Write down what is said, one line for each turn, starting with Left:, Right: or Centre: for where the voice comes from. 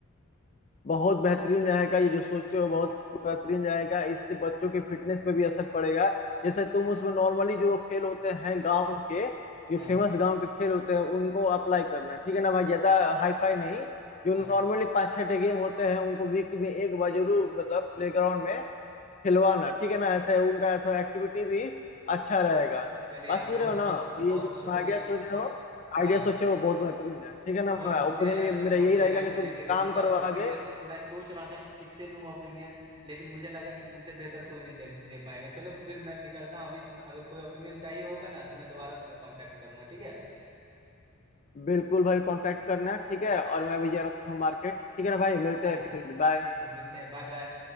Left: बहुत बेहतरीन रहेगा ये जो सोचे हो बहुत बेहतरीन रहेगा इससे बच्चों के फिटनेस पे भी असर पड़ेगा जैसे तुम उसमें नॉर्मली जो खेल होते हैं गांव के जो
Right: हाँ
Left: फेमस गांव के खेल होते हैं उनको अप्लाई करना ठीक है ना भाई ज्यादा हाईफाई नहीं जो
Right: हाँ
Left: नॉर्मली पाँच छह गेम होते हैं उनको वीक में एक बार जरूर मतलब प्लेग्राउंड में खिलवाना ठीक है ना ऐसे उनका ऐसा एक्टिविटी भी अच्छा रहेगा
Right: चले
Left: बात
Right: यार
Left: समझ
Right: बहुत
Left: रहे हो ना
Right: बहुत
Left: तो ये
Right: बहुत
Left: जो तुम
Right: शुक्रिया
Left: आइडिया सोच रहे हो
Right: हाँ
Left: आइडिया सोचे वो बहुत बेहतरीन है ठीक है ना
Right: बहुत शुक्रिया
Left: ओपिनियन
Right: यार
Left: मेरा
Right: तुम
Left: यही
Right: अपनी
Left: रहेगा
Right: राय
Left: कि
Right: देने
Left: तुम
Right: के लिए
Left: काम
Right: मतलब
Left: करो आगे
Right: ओपिनियन मैं सोच रहा था कि किससे लूं ओपिनियन लेकिन मुझे लगा कि तुमसे बेहतर कोई नहीं दे, दे पाएगा चलो फिर मैं निकलता हूँ अभी तुम अगर कोई ओपिनियन चाहिए होगा ना तो मैं दोबारा तुम्हें कांटेक्ट करूंगा ठीक है
Left: बिल्कुल भाई कांटेक्ट करना ठीक है और मैं भी जा रहा था मार्केट ठीक है ना भाई मिलते
Right: ठीक
Left: हैं फिर बाय
Right: ठीक है मिलते हैं Bye bye